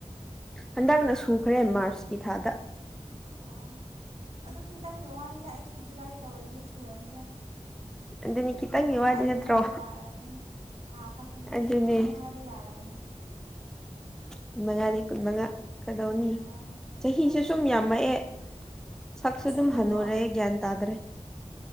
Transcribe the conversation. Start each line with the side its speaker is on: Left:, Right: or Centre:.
Centre: ꯍꯟꯗꯛꯅ ꯁꯨꯈ꯭ꯔꯦ ꯃꯥꯔꯁꯀꯤ ꯊꯥꯗ
Right: ꯑꯣ ꯑꯗꯨ ꯈꯤꯇꯪꯒꯤ ꯋꯥꯅꯤꯅ ꯑꯩꯁꯨ ꯖꯨꯂꯥꯏ ꯇꯧꯔꯗꯤ ꯁꯨꯔꯅꯤꯗ
Centre: ꯑꯗꯨꯅꯤ ꯈꯤꯇꯪꯒꯤ
Right: ꯀꯨꯟ ꯃꯉꯥ
Centre: ꯋꯥꯗꯤ
Right: ꯑꯗꯨꯝ
Centre: ꯅꯠꯇ꯭ꯔꯣ
Right: ꯍꯥꯏꯕ ꯌꯥꯔꯕꯅꯦ ꯊꯥ ꯈꯛꯇꯅꯤ
Centre: ꯑꯗꯨꯅꯦ
Right: ꯀꯨꯟ ꯃꯉꯥ ꯍꯥꯏꯕ ꯌꯥꯔꯕꯅꯦ
Centre: ꯀꯨꯟ ꯃꯉꯥꯅꯦ ꯀꯨꯟ ꯃꯉꯥ ꯀꯗꯧꯅꯤ
Right: ꯀꯨꯟ ꯃꯉꯥꯅꯦ ꯑꯗꯨꯝ
Centre: ꯆꯍꯤꯁꯦ
Right: ꯍꯥꯏꯔꯁꯦ
Centre: ꯁꯨꯝ ꯌꯥꯝꯃꯛꯑꯦ ꯁꯛꯁꯨ
Right: ꯑꯁꯦꯡꯕꯀꯣ
Centre: ꯑꯗꯨꯝ ꯍꯅꯔꯦ ꯒꯌꯥꯟ ꯇꯥꯗ꯭ꯔꯦ